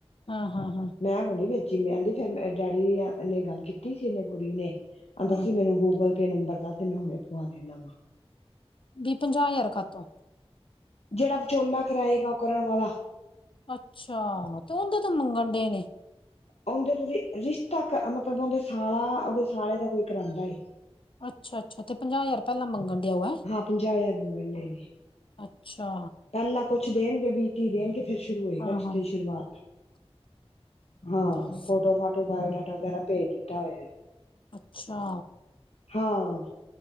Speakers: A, on the left; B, on the left.
A: ਹਾਂ -ਹਾਂ -ਹਾਂ।
B: ਮੈਂ ਹੁਣੀ ਵੇਚੀ ਮੈਂ ਆਹਿੰਦੀ, ਫੇਰ ਮੈਂ ਡੈਡੀ ਦੀ ਨੇ ਗੱਲ ਕੀਤੀ ਸੀ ਇਹਨੇ ਗੁਰੀ ਨੇ
A: ਹੂੰ।
B: ਆਂਦਾ ਸੀ ਮੈਨੂੰ ਗੂਗਲ ਪੇ ਨੰਬਰ ਦੱਸ, ਤੇ ਮੈਂ ਹੁਣੇੇ ਪਵਾ ਦਿੰਦਾ ਵਾ।
A: ਵੀਹ ਪੰਜਾਹ ਹਜ਼ਾਰ ਖਾਤੋਂ
B: ਜਿਹੜਾ ਵਿਚੋਲਾ ਕਰਾਏਗਾ, ਉਹ ਕਰਨ ਵਾਲਾ
A: ਅੱਛਾ ਤੇ ਉਹਦੇ ਤੋਂ ਮੰਗਣ ਡਏ ਨੇ।
B: ਉਹਦੇ ਤੋਂ ਰਿਸ਼ਤਾ ਮਤਲਬ ਦੇ ਉਹਦਾ ਸਾਲਾ, ਉਹਦੇ ਸਾਲੇ ਦਾ ਕੋਈ ਕਰਾਂਦਾ ਏ।
A: ਅੱਛਾ -ਅੱਛਾ ਤੇ ਪੰਜਾਹ ਹਜ਼ਾਰ ਪਹਿਲਾਂ ਮੰਗਣ ਡਿਆ ਉਹ ਐਂ,
B: ਹਾਂ ਪੰਜਾਹ ਹਜ਼ਾਰ ਮੰਗਣ ਡੇ ਨੇ
A: ਅੱਛਾ।
B: ਪਹਿਲਾਂ ਕੁਛ ਦੇਣਗੇ ਵੀਹ -ਤੀਹ ਦੇਣਗੇ, ਫਿਰ ਸ਼ੁਰੂ ਹੋਏਗਾ
A: ਹਾਂ
B: ਰਿਸ਼ਤੇ
A: ਹਾਂ
B: ਦੀ ਸ਼ੁਰੂਆਤ। ਹਾਂ
A: ਦੱਸ
B: ਫੋਟੋ-ਫਾਟੋ, ਬਾਇਓਡਾਟਾ ਵਗੈਰਾ ਭੇਜ ਦਿੱਤਾ ਹੋਇਆ ਏ।
A: ਅੱਛਾ।
B: ਹਾਂ